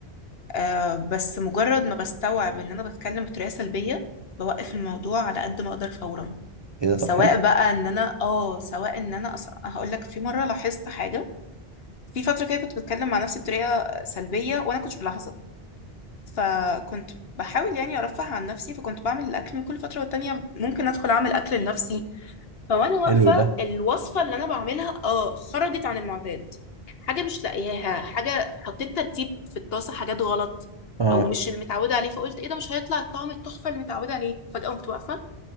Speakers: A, on the left; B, on the right.
A: آه بس مجرد ما بستوعب ان انا بتكلم بطريقه سلبيه بوقف الموضوع على قد ما اقدر فورا
B: ايه ده طب
A: سواء
B: حلو
A: بقى ان انا اه سواء ان انا أص... هقول لك في مره لاحظت حاجه في فتره كده كنت بتكلم مع نفسي بطريقه سلبيه وانا كنتش ملاحظه فكنت بحاول يعني ارفه عن نفسي فكنت بعمل الاكل من كل فتره والتانيه ممكن ادخل اعمل اكل لنفسي فوانا واقفة
B: حلو ده
A: الوصفة اللي انا بعملها اه خرجت عن المعتاد حاجة مش لاقياها حاجة حطيت ترتيب في الطاسة حاجات غلط
B: اه
A: او مش المتعودة عليه فقلت ايه ده مش هيطلع الطعم التحفة اللي متعودة عليه فجأة قمت واقفة